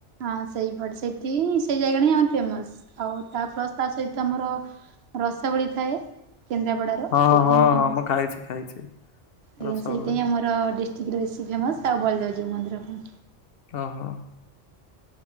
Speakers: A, on the right; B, on the left.
A: ହଁ ସେଇପଟେ ସେଠି ସେଇ ଜାଗାଟା ହିଁ ଆମର ଫେମସ୍, ଆଉ ତା ପ୍ଲସ୍ ତା ସହିତ ଆମର ରସାବଳି ଥାଏ, କେନ୍ଦ୍ରାପଡ଼ା ତ
B: ହଁ
A: ସେଇଟା
B: ହଁ
A: ହିଁ ଫେମସ୍,
B: ହଁ ମୁଁ ଖାଇଛି ଖାଇଛି
A: ଆଜ୍ଞା
B: ରସାବଳି
A: ସେଇଟା ହିଁ ଆମର ର ଡିଷ୍ଟ୍ରିକ୍ଟରେ ବେଶୀ ଫେମସ୍ ଆଉ ବଳିଦେବ ଜୀଉ ମନ୍ଦିର ପାଇଁ।
B: ଓହୋ।